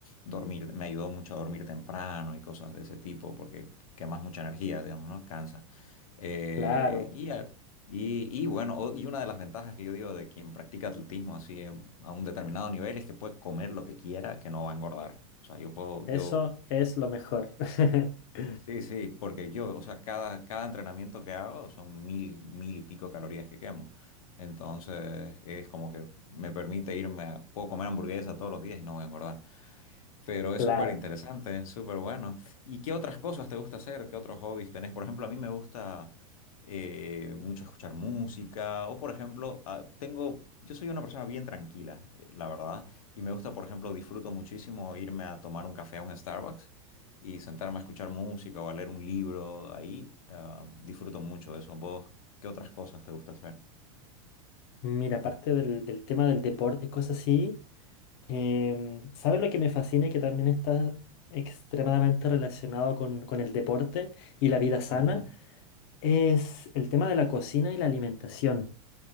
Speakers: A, on the left; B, on the left.
A: dormir, me ayudó mucho a dormir temprano y cosas de ese tipo, porque quemas mucha energía, digamos, ¿no? Cansa. Eh,
B: Claro,
A: y, a- y, y bueno, o- y una de las ventajas que yo digo de quien practica atletismo así en- a un determinado nivel es que puede comer lo que quiera, que no va a engordar. O sea, yo puedo,
B: eso
A: yo,
B: es lo mejor. <laughs>
A: sí, sí, porque yo, o sea, cada, cada entrenamiento que hago son mil, mil y pico calorías que quemo. Entonces, es como que me permite irme a, puedo comer hamburguesa todos los días y no voy a engordar. Pero
B: Claro.
A: es súper interesante, es súper bueno. ¿Y qué otras cosas te gusta hacer? ¿Qué otros hobbies tenés? Por ejemplo, a mí me gusta eh, mucho escuchar música o, por ejemplo, ah, tengo, yo soy una persona bien tranquila, eh, la verdad, y me gusta, por ejemplo, disfruto muchísimo irme a tomar un café a un Starbucks y sentarme a escuchar música o a leer un libro ahí. ah, disfruto mucho de eso. ¿Vos qué otras cosas te gusta hacer?
B: Mira, aparte del, del tema del deporte y cosas así. Em, ¿sabes lo que me fascina y que también está extremadamente relacionado con, con el deporte y la vida sana?
A: Ujú,
B: Es el tema de la cocina y la alimentación.